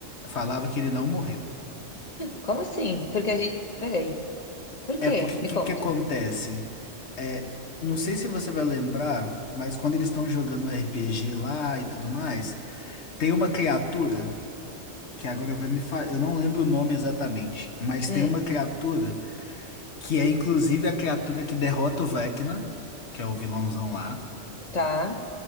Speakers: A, on the left (about 70°); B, on the left (about 40°).
A: falava que ele não morreu.
B: Como assim? Porque a gente. Peraí. Por quê?
A: É porque o
B: Me
A: que
B: conta.
A: que acontece? É, não sei se você vai lembrar, mas quando eles estão jogando RPG lá e tudo mais, tem uma criatura. que agora vai me falar. Eu não lembro o nome exatamente, mas
B: Hum,
A: tem uma criatura que é inclusive a criatura que derrota o Vecna, que é o vilãozão lá.
B: tá.